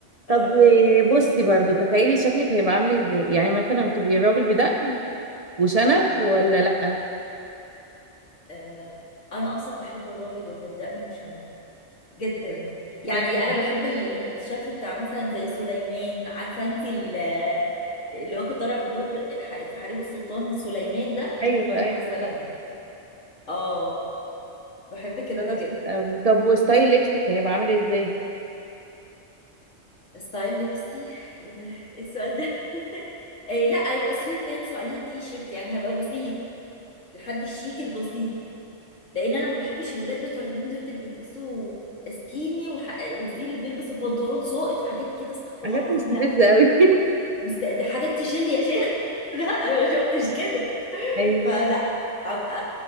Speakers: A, on the right; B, on the left.
A: طب
B: آه
A: و- بصي برضو تخيلي شكلك هيبقى عامل ازاي يعني مثلا هتبقي راجل بدقن وشنب ولا لأ؟
B: آه انا اصلا بحب الراجل اللي بدقنه وشنه جدا يعني
A: طيب.
B: انا بحب ال- الشكل بتاع مثلا زي سليمان عارفه انت ال- اللي هو كان طالع بدور الح... في حريم السلطان سليمان ده انا
A: ايوه
B: بحب
A: ايوه
B: مثلا
A: طب
B: اه بحب كده
A: خلاص
B: جدا
A: حلو قوي طب وستايل لبسك هيبقى عامل ازاي
B: ستايل لبسي ايه ده إيه السؤال ده <laughs> إيه لا هيبقى سويت بانس وعليه تي شيرت يعني هبقى بسيط لحد الشيك البسيط لان انا ما بحبش الولاد بتوع اليومين دول اللي بيلبسوا سكيني وح... وفي اللي بيلبس البنطلون ساقط وحاجات كده استغفر
A: حاجات
B: الله العظيم
A: مستفزه
B: لا
A: قوي
B: مست... دي حاجات تشل يا شيخ <laughs> لا انا ما شفتش كده
A: <laughs> ايوه
B: فلا هبقى